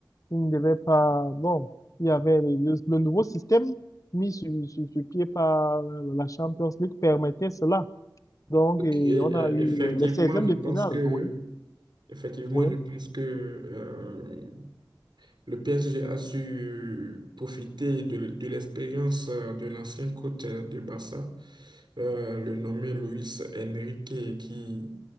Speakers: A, on the left (about 45°); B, on the right (about 70°).
A: il ne devait pas... Bon, il y avait le, le- le nouveau système mis sur, sur, sur pied par euh, la Champions League permettait cela. Donc,
B: Donc,
A: et
B: et- et-
A: on a eu
B: effectivement,
A: le 16
B: je
A: de
B: pense
A: finale,
B: que,
A: oui,
B: effectivement,
A: oui.
B: je pense que euh, le PSG a su profiter de, de l'expérience euh, de l'ancien coach euh, de Barça euh, le nommé Luis Enrique qui